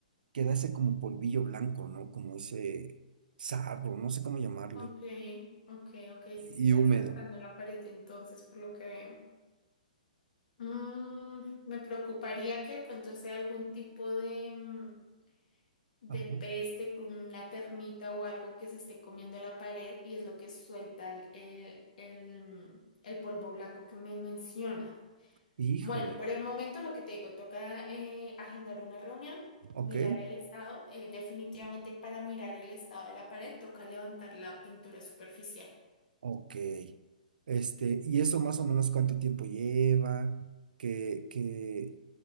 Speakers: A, on the right (about 80°); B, on the left (about 70°).
A: queda ese como polvillo blanco, ¿no? Como ese sarro, no sé cómo llamarle,
B: Ok, ok, ok, se está
A: y húmedo.
B: desgastando la pared entonces, por lo que veo. Mm, me preocuparía que de pronto sea algún tipo de, de
A: Ajá.
B: peste, con una termita o algo que se esté comiendo la pared y es lo que suelta el, el- el- el polvo blanco que me menciona.
A: Híjole.
B: Bueno, por el momento lo que te digo, toca eh, agendar una reunión,
A: Ok,
B: mirar el estado. eh, definitivamente para mirar el estado de la pared toca levantar la pintura superficial.
A: ok. Este, y eso más o menos cuánto tiempo lleva, que, que,